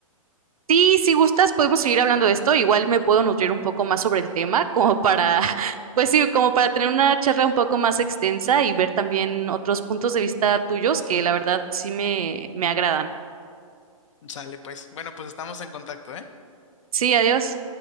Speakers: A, on the right; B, on the left.
A: Sí, si gustas, podemos seguir hablando de esto. Igual me puedo nutrir un poco más sobre el tema, como para, <laughs> pues sí, como para tener una charla un poco más extensa y ver también otros puntos de vista tuyos que la verdad sí me, me agradan.
B: Sale, pues. Bueno, pues estamos en contacto, ¿eh?
A: Sí, adiós.